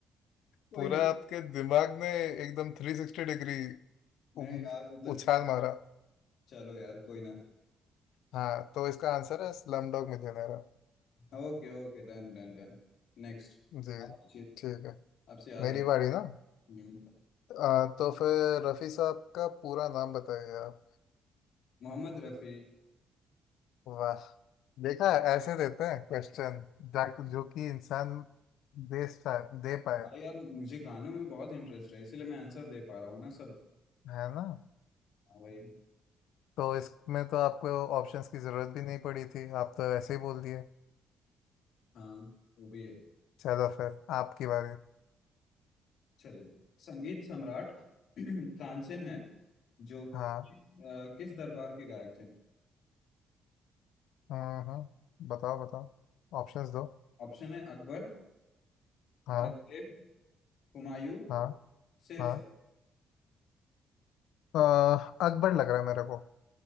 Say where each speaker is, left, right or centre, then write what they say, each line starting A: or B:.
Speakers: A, on the left (about 70°); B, on the left (about 80°).
A: कोई
B: पूरा
A: ना
B: आपके दिमाग ने एकदम 360 डिग्री उ-
A: नहीं यार मतलब
B: उछाल
A: कि यार,
B: मारा
A: चलो यार कोई ना
B: हाँ तो इसका आंसर है स्लमडॉग मिलियनेयर
A: Okay okay done done done Next
B: जी
A: आप पूछिए
B: ठीक है
A: आपसे याद
B: मेरी
A: रख
B: बारी ना
A: हम्म।
B: आ, तो फिर रफी साहब का पूरा नाम बताइए आप
A: मोहम्मद रफी
B: वाह देखा ऐसे देते हैं क्वेश्चन जा- जो कि इंसान दे सा- दे पाए
A: अरे यार मुझे गानों में बहुत इंटरेस्ट है इसीलिए मैं आंसर दे पा रहा हूँ ना सर
B: है ना
A: हाँ वही
B: तो इसमें तो आपको ऑप्शंस की जरूरत भी नहीं पड़ी थी आप तो ऐसे ही बोल दिए
A: हाँ वो भी है
B: चलो फिर आपकी बारी
A: चलिए संगीत सम्राट <clears throat> तानसेन है जो
B: हाँ
A: किस अ, किस दरबार के गायक थे
B: हाँ हाँ बताओ बताओ ऑप्शंस दो
A: ऑप्शन है अकबर
B: हाँ
A: औरंगजेब हुमायूं
B: हाँ
A: शेरशाह
B: हाँ अह, अकबर लग रहा है मेरे को